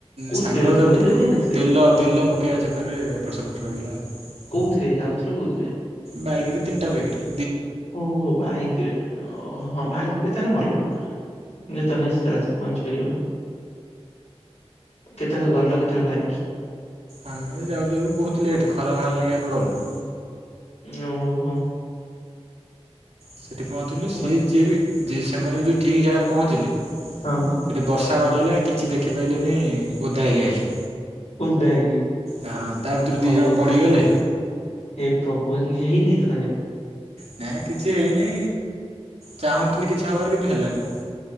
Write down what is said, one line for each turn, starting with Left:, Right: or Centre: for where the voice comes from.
Left: କୋଉଥିରେ
Right: ସାଙ୍ଗରେ ଯାଉଥିଲୁ
Left: ବୋଲେରୋ ଯାଇନଥିଲେ
Right: ତେଲ
Left: କି?
Right: ତେଲ ପକାଇବା ଚକରେ ଏପଟ ସେପଟ ରହିଗଲା ଆଉ।
Left: କୋଉଥିରେ ଯାଉଥିଲ କୋଉଥିରେ?
Right: ବାଇକରେ ତିିନିଟା ବାଇକରେ
Left: ଓ ହୋ ବାଇକରେ ଓ ହଁ ବାଇକ ରେ ତାହେଲେ ଭଲ। ଯେତେବେଳେ ନାହିଁ ସେତେବେଳେ ଆସି ପହଞ୍ଚି ପାରିବ। କେତେବେଳେ ଗଲ କେତେବେଳେ ଭାରିକିି?
Right: ଆମେ ଯାଉ ଯାଉ ବହୁତ ଲେଟ୍ ଖରା ବାହାରିଲାଣି ଆମେ ଗଲୁ।
Left: ଓ ହୋ।
Right: ସେଠି ପହଞ୍ଚିଲୁ ସିଏ
Left: ନା
Right: ଯିଏ ବି ଯିଏ ସେମାନେ ବି ଯେଉଁ ଠିକ୍ ଜାଗାରେ ପହଞ୍ଚିଲେ ସେଠି
Left: ହଁ
Right: ବର୍ଷା ବା କିଛି ଦେଖିପାଇଲେ ନାହିଁ ଓଧା ହେଇକି ଆଇଲେ।
Left: ଓଦା ହେଇକି
Right: ହଁ ତା ଭିତରୁ
Left: ଭଲ
Right: ଦୁଇ ଜଣ
Left: ହେଇଛି
Right: ପଡ଼ିଗଲେ
Left: ତମେ ଯାଇନ। <unintelligible> ହେଇନି ତ ତାଙ୍କର।
Right: ନା କିଛି ହେଇନି ଚାହୁଁଥିଲି କିଛି ହେବାର କିନ୍ତୁ ହେଲାନି।